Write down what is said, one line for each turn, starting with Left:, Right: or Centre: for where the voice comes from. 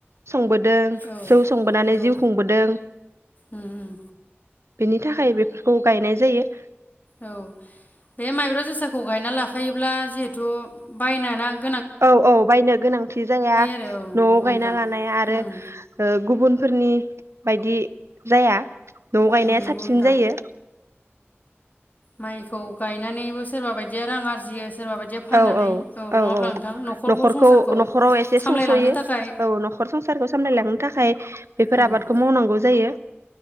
Right: संबोदों
Left: औ
Right: जौ संबोनानै
Left: नंगौ
Right: जिउ खुंबोदों
Left: उम उम
Right: बेनि थाखाय बेफोरखौ गायनाय जायो
Left: औ बे माइब्रा जोसाखौ गायना लाखायोब्ला जिहेथु बायनानो
Right: औ औ बायनो गोनांथि जाया
Left: आरो औ
Right: नआव
Left: नंगौ
Right: गायना
Left: नोंथां
Right: लानाय आरो
Left: उम
Right: ओ गुबुनफोरनि बायदि जाया न गायनाया
Left: उम नंगौ
Right: साबसिन
Left: नोंथां
Right: जायो
Left: माइखौ गायनानैबो सोरबा बायदिया रां आरजियो सोरबा बायदिया फाननानै
Right: औ औ औ
Left: नङाब्ला
Right: औ
Left: नोंथां
Right: नखरखौ
Left: संसारखौ
Right: नखराव एसे
Left: सामलायलांनो
Right: सुंसयो
Left: थाखाय
Right: औ नखर संसारखौ सामलायलांनो थाखाय बेफोर
Left: उम
Right: आबादखौ मावनांगौ जायो